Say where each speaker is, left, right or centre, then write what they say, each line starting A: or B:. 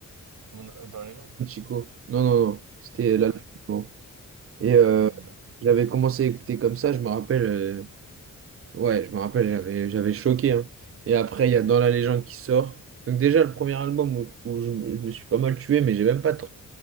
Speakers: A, on the right (about 70°); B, on the right (about 45°).
A: On- euh, dans la légende?
B: Chico. Non, non, non. C'était
A: Ouais,
B: l'album.
A: ouais.
B: avant. Et euh,
A: Euh, bah,
B: j'avais commencé à écouter comme ça, je me rappelle. euh, ouais, je me rappelle, j'avais, j'avais choqué. hein. Et après, il y a Dans la légende qui sort. Donc déjà, le premier album où, où je, je me suis pas mal tué, mais j'ai même pas tr-